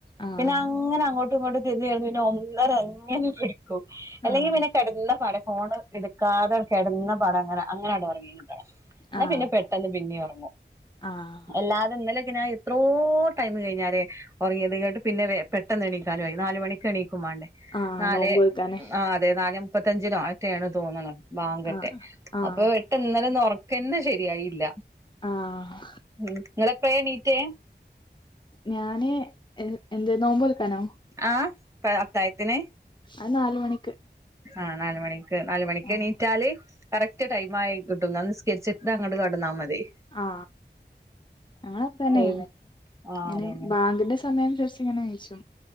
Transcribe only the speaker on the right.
പിന്നെ അങ്ങനെ അങ്ങോട്ട് ഇങ്ങോട്ട് തിരിഞ്ഞ് പിന്നെ ഒന്നര അങ്ങനെ പിടിക്കും അല്ലെങ്കിൽ
പിന്നെ കെട്ന്നാ പാ ഫോണ് എടുക്കാതെ കെട്ന്നാ പാ ടങ്ങന അങ്ങനെട ഉറങ്ങി കിട്ടണം ന്നാ
പിന്നെ പെട്ടെന്ന് പിന്നെയറ
അല്ലാതെ ഇന്നലക്കനാ എത്രോ ടൈം കഴിഞ്ഞാലേ ഒർങ്ങിയത് കേട്ട് പിന്നെ പെട്ടെന്ന് എണീക്കാനു ആയി. നാല് മണിക്ക് എണീ
നാല്
ആ അതെ നാലെ മുപ്പത്തഞ്ചിനുംട്ടാണ് തോന്നുന്ന ബാങ്കട്ടെ
അപ്പൊ എട്ടാ ഇന്നലെ ഉറക്കന്നെ ശരിയായില്ല
ഇങ്ങളെപ്പെയ എണീറ്റെ
ആ പ അത്തായത്തിന്
ആ നാല് മണി നാല് മണിക്ക്ണീറ്റാല്
കറക്റ്റ് ടൈം ആയി കിട്ടും ന്നാ നിസ്കെര്ച്ചിട്ട് അങ്ങട്ട് കട്ന്നാ മതി.
ആഹ് അതന്നെ